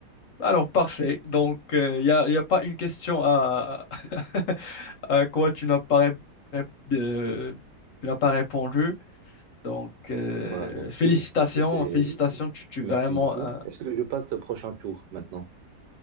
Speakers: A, on the left; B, on the right.
A: Alors, parfait. Donc, il n'y a, y a pas une question à, <laughs> à quoi tu n'as pas, ré- ré- euh, tu n'as pas répondu. Donc, euh,
B: Voilà, merci,
A: félicitations,
B: merci. C'était
A: félicitations,
B: oui,
A: tu, tu
B: merci
A: es vraiment...
B: beaucoup.
A: euh,
B: Est-ce que je passe au prochain tour maintenant?